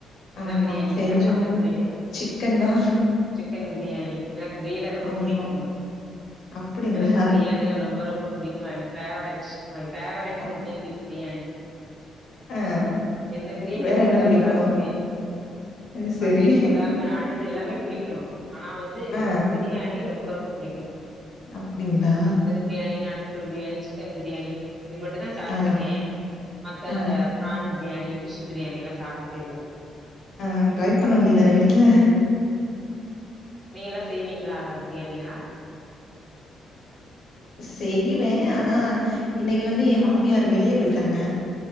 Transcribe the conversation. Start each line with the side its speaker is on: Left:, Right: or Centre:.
Right: என்ன
Left: ஆமா
Right: பிரியாணிங்க
Left: செஞ்சோ
Right: மட்டன் பிரியாணி
Left: சிக்கன் தா
Right: சிக்கன் பிரியாணி எனக்கு பிரியாணிதா ரொம்ப
Left: ஆமா
Right: புடிக்கு
Left: அப்டிங்களா
Right: எனக்கு பிரியாணிதா ரொம்ப ரொம்ப புடிக்கு I am favourite my favourite ஃபுட்டே
Left: of
Right: பிரியாணி
Left: ஆ
Right: என்ன பிரியாணி
Left: வேற
Right: குடுத்தாலு
Left: என்ன பிடிக்கு
Right: சாப்டுருவே
Left: அது
Right: பட்
Left: சரி
Right: எல்லாமே நான்வெஜ் எல்லாமே புடிக்கு ஆனா வந்து
Left: ஆ
Right: பிரியாணி ரொம்ப ரொம்ப புடிக்கு
Left: அப்டிங்ளா
Right: பிரியாணி நாட்டுகோழி பிரியாணி சிக்கன் பிரியாணி இது மட்டுதா சாப்டிருக்கே
Left: ஆ
Right: மத்த
Left: ஆ
Right: அந்த பிரான் பிரியாணி ஃபிஷ் பிரியாணில்லா சாப்டதே இல்ல
Left: அ ட்ரை பண்ண வேண்டியதான வீட்ல
Right: நீங்கல்லா செய்வீங்ளா அந்த பிரியாணி எல்லா
Left: செய்யுவே ஆனா இன்னிக்கு வந்து ஏ மாமியாரு வெளிய போயிட்டாங்க